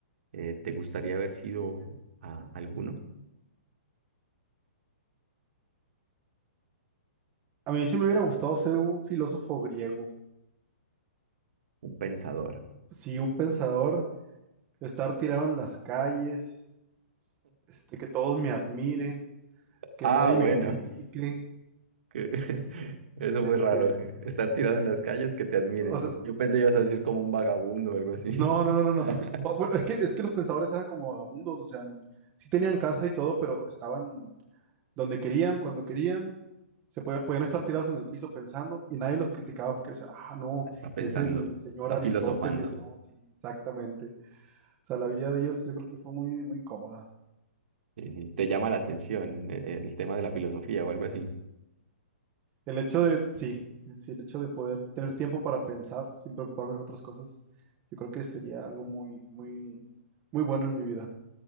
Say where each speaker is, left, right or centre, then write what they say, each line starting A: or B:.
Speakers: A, on the right; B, on the right.
A: Eh, ¿te gustaría haber sido ah, alguno?
B: A mí sí me hubiera gustado ser un filósofo griego.
A: Un pensador.
B: Sí, un pensador, estar tirado en las calles, este, que todos me admiren, que
A: Ah,
B: nadie
A: bueno.
B: me critique.
A: que- <laughs> Eso
B: Este,
A: fue raro. <laughs> Estar tirado en las calles, que te admiren.
B: o sea,
A: Yo pensé que ibas a decir como un vagabundo o algo así.
B: No, no, no, no, no.
A: <laughs>
B: O- bueno, es que, es que los pensadores eran como vagabundos, o sea, sí tenían casa y todo, pero estaban donde querían, cuando querían, se podía- podían estar tirados en el piso pensando y nadie los criticaba porque decían, ah, no,
A: Está pensando,
B: es el señor
A: está
B: Aristóteles,
A: filosofando.
B: no, sí, exactamente. O sea, la vida de ellos yo creo que fue muy, muy cómoda.
A: Sí, sí. Te llama la atención eh, eh, el tema de la filosofía o algo así.
B: El hecho de, sí, sí, el hecho de poder tener tiempo para pensar sin preocuparme en otras cosas, yo creo que sería algo muy, muy, muy bueno en mi vida.